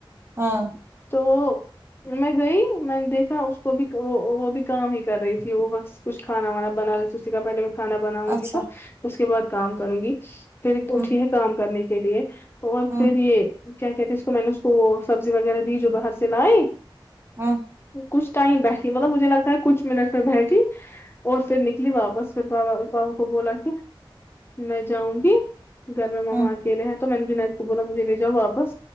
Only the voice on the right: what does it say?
ہاں
اچھا
ہوں
ہوں
ہاں
ہوں